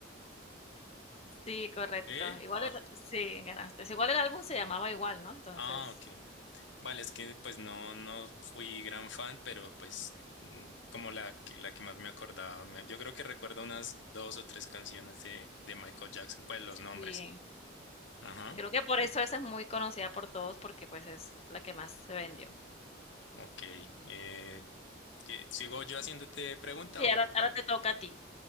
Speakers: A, on the left; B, on the left.
A: Sí, correcto.
B: ¿Eh?
A: Igual
B: Ah,
A: el sí, ganaste. Igual el álbum se llamaba igual, ¿no? Entonces,
B: ah, ok. Vale, es que pues no, no fui gran fan, pero pues mm, como la, que- la que más me acordaba, me- yo creo que recuerdo unas dos o tres canciones de, de Michael Jackson, pues los nombres.
A: sí,
B: Ajá,
A: creo que por eso esa es muy conocida por todos, porque, pues, es la que más se vendió.
B: ok. Eh, ¿qué- ¿sigo yo haciéndote pregunta
A: Sí, ahora ahora te toca a ti.